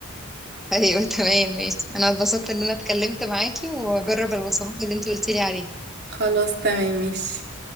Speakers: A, in the centre; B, on the right.
A: <laughs> ايوه تمام ماشي انا اتبسطت ان انا اتكلمت معاكي واجرب الوصفات اللي انت قلتي لي عليها
B: خلاص تمام ماشي